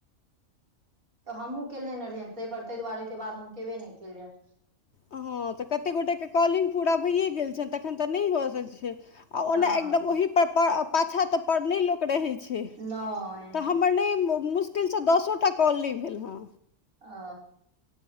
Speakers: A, on the right; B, on the left.
A: तऽ हमहूँ केने रहियैन, तै पर तैय दुआरे ओहिके बाद हम केबे नै केलियैन।
B: हँ तऽ कते गोटेके कॉलिंग पूरा भइए गेल छनि तखन तऽ नै भ सकै छै। आ
A: हँ
B: ओना एकदम ओहि पाछाँ तऽ नहि लोक रहै छै।
A: नहि
B: तऽ हमर नहि मुश्किलसँ दसो टा कॉल नहि भेल हँ।
A: ओ